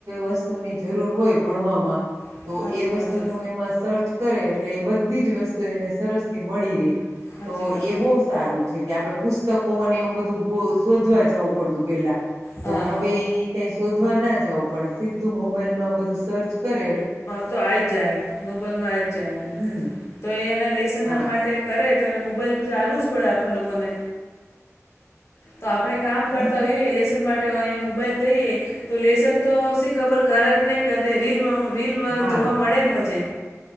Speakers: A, on the right (about 80°); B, on the left (about 65°).
A: વસ્તુની જરૂર હોય ભણવામાં
B: સાચી
A: તો એ વસ્તુનું
B: વાત
A: એમાં સર્ચ કરે એટલે એ બધી જ વસ્તુ એને સરસ થી મળી રહે.
B: સાચી
A: તો
B: વાત
A: એ બહુ સારું છે કે આપડે પુસ્તકો અને એવું બધું શોધવા જવું પડતું પેલા
B: હા
A: તો હવે એ કઈ શોધવા ના જવું પડે સોધવા મોબાઈલમાં બધું સર્ચ કરે
B: તો આવી જ જાય નોબલમાં આવી જ જાય
A: હમ
B: તો એ એના લેસનના
A: હા
B: માટે કરે તો અને મોબાઈલ પછી આલવું જ પડે આપણ લોકોને તો આપણે કામ કરતા
A: હે
B: હોઈએ લેસન માટે એને મોબાઈલ દઈએ તો લેસન તો ખબર કરે કે નહીં કે રીલ રીલ
A: હા
B: જોવા મળે ને પડે છે.